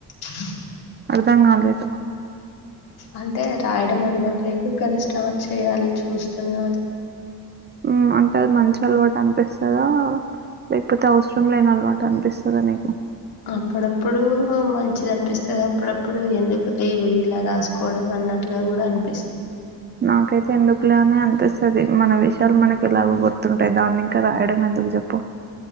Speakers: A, on the left; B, on the right.
A: అ
B: అర్ధం కాలేదు
A: అంటే రాయడం అలవట్లేదు కానీ స్టార్ట్ చేయాలి చూస్తున్న
B: ఉ అంటే అది మంచి అలవాటు అని పిస్తదా లేకపోతే అవసరం లేని అలవాట అనిపిస్ <unintelligible>
A: అప్పుడప్పుడు మంచిది అనిపిస్తది అప్పుడప్పుడు ఎందుకు లేవి ఇలా రాసుకోవడం అన్నట్టుగా కూడా అనిపిస్తు
B: నాకైయితే ఎందుకులే అని అన్ అనిపిస్తది మన విషయాలు మనకి ఎలాగో గుర్తుంటాయి దాన్ని ఇంకా రాయడం ఎందుకు చెప్పు